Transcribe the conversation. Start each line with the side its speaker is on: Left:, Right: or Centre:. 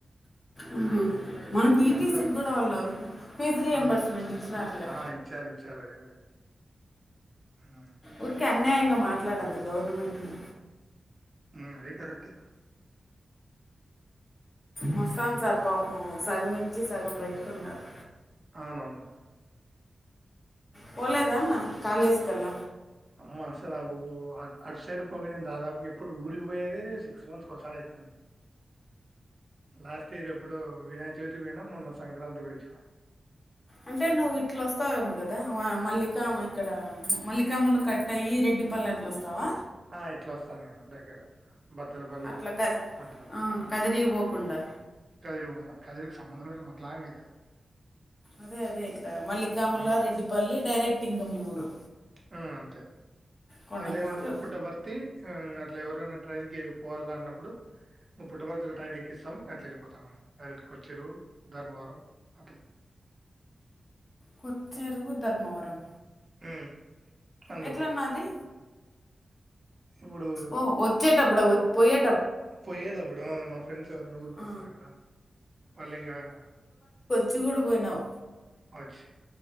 Left: మ్ హు మన టీటీసీ
Right: అంతా
Left: కూడా వాళ్ళు ఫీజ్ రీయంబర్స్మెంట్
Right: అవును.
Left: ఇచ్చినారూలే
Right: ఆ! ఇచ్చారు ఇచ్చారు అది కూడా ఉమ్ హు
Left: ఊరికే అన్యాయంగా మాట్లాడొద్దు గవర్నమెంట్ని
Right: ఉ అది కరెక్టే
Left: మస్తాన్ సార్
Right: హ్మ్.
Left: పాపము సగమిచ్చి సగం పెట్టుకున్నారు
Right: అవునవును
Left: పోలేదన్న కాలజ్ కల్ల
Right: అమ్మ అసరాగు అడ్ అటు సైడ్ పోక నేను దాదాపు ఎప్పుడు ఊరికి పోయేదే సిక్స్ మంత్స్ ఒకసారి అయితంది లాస్ట్ ఇయర్ ఎప్పుడో వినాయక చవితికి పోయినామ్ మొన్న సంక్రాంతికి పోయిఓచ్చిన
Left: అంటే నువ్వు ఇట్లా ఓస్తావేమో కదా మల్లికా మ ఇక్కడ మల్లికామలు కట్ అయ్యి రెడ్ డి పల్లి అట్ల ఓస్తావా
Right: ఆ ఇట్లా ఓస్థాన్ నేను దగ్గర బతలపల్లి
Left: అట్లా క
Right: అట్ల
Left: ఆ కదిరిగిపోకుండా
Right: కదిరి పోను కదిరికి సంబంధమేలే మాకు లాంగ్ ఐతాద్
Left: అదే అదే ఇట్లా మల్లికాముల్ల
Right: హ్మ్.
Left: రెడ్డిపల్లి డైరెక్ట్ ఇంగా మీ ఊరు
Right: ఆ అంతే
Left: కొండకుమార్ల
Right: లేదంటే పుట్టపర్తి ఆ అట్లా ఎవరన్నా ట్రైన్కి పోవల్ల అన్నప్పుడు పుట్టపర్తిలో ట్రైన్ ఎక్కిస్తాము అట్లా పోతా డైరెక్ట్ కొచ్చేరువు ధర్మవరం అట్లా
Left: కొచ్చెరువు ధర్మవరం
Right: హ్మ్ అనంతపూర్.
Left: ఎట్లన్న అది
Right: ఇప్పుడు
Left: ఓ ఒచ్చేటపుడా ఒ పోయే
Right: పోయేదప్పుడు మా ఫ్రెండ్స్ ఎవరైనా ఊరికొస్తారు
Left: ఆ
Right: గదా వాళ్ళు ఇంగాడ
Left: చి గుడు పోయినవ్
Right: ఒచ్